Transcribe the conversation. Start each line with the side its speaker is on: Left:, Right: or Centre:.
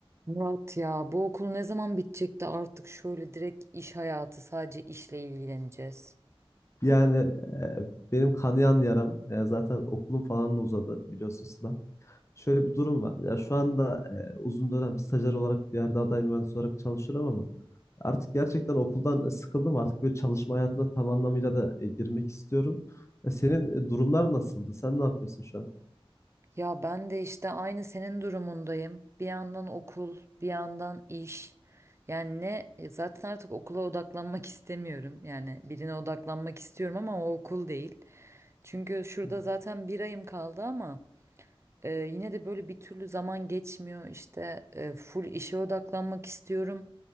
Right: Murat ya bu okul ne zaman bitecek de artık şöyle direkt iş hayatı sadece işle ilgileneceğiz.
Left: Yani e, benim kanayan yaram e, zaten okulum falan da uzadı biliyorsunuz da. Şöyle bir durum var. Ya şu anda e, uzun dönem stajyer olarak bir yerde aday mühendis olarak çalışıyorum ama artık gerçekten okuldan e, sıkıldım. Artık böyle çalışma hayatına tam anlamıyla da e, girmek istiyorum. E, senin e, durumlar nasıldı? Sen ne yapıyorsun şu an?
Right: Ya ben de işte aynı senin durumundayım. Bir yandan okul, bir yandan iş. Yani ne e, zaten artık okula odaklanmak istemiyorum. Yani birine odaklanmak istiyorum ama o okul değil. Çünkü şurada
Left: Hı.
Right: zaten bir ayım kaldı ama e, yine de böyle bir türlü zaman geçmiyor. İşte e, full işe odaklanmak istiyorum.